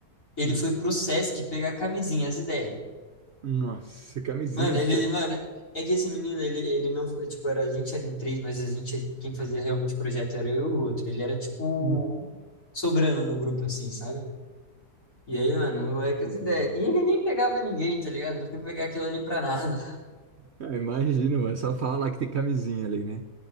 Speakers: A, on the left (about 60°); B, on the right (about 55°).
A: Ele
B: Hum.
A: foi pro Sesc pegar a camisinha, as ideias.
B: Nossa, camisinha
A: Mano,
B: no
A: ele,
B: Sesc.
A: ele- mano, é que esse menino, ele, ele não foi, tipo, era, a gente era em três, mas a gente, quem fazia realmente o projeto era eu e o outro. Ele era, tipo,
B: Hum.
A: sobrando no grupo, assim, sabe? E aí, mano, é que as
B: Entendi.
A: ideias. E ele nem pegava ninguém, tá ligado? Ele foi pegar aquilo ali pra nada.
B: Ah, imagino, mano. Só fala lá que tem camisinha ali, né?